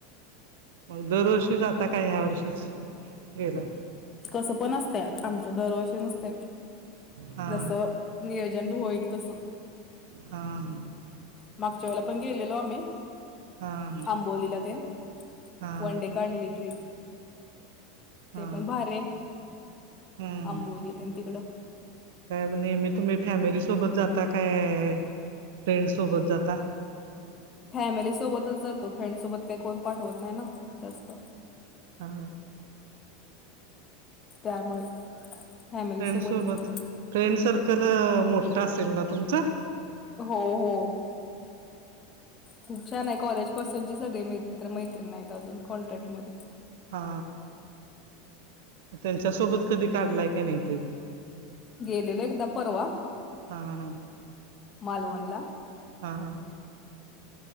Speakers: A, on the right; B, on the left.
A: मग दरवर्षी जाता काय ह्या वर्षीच गेलाय
B: कस पण असत आमच दरवर्षी नसत
A: हा
B: जस नियोजन होईल तसं
A: हा ह
B: मागच्या वेला पण गेलेलो आ्ही
A: हा
B: आंबोलीला ते
A: हा
B: वनडे काढलेली ट्रिप
A: हा
B: ते पण भारे
A: हम्म
B: आंबोली त्यां तिकडं
A: काय नेमी तुम्ही फॅमिलीसोबत जाता काय फ्रेंड्सोबत जाता
B: फॅमिली सोबतच जातो फ्रेंड सोबत काही कोण पाठवत नाही ना जास्त
A: हा
B: त्यामुळे फॅमिली
A: फ्रेंड
B: सोबतच
A: सोबत
B: की
A: फ्रेंड सर्कल मोठा असेल ना तुमचा
B: हो हो खूप छान आहे कॉलेज पासून सगळे मित्र-मैत्रीण आहेत अजून कॉन्टॅक्ट मध्ये
A: हा त्यांच्या सोबत कधी काढलाय का नाही ट्रीप
B: गेलेलो एकदा परवा
A: हा हा
B: मालवणला
A: हा हा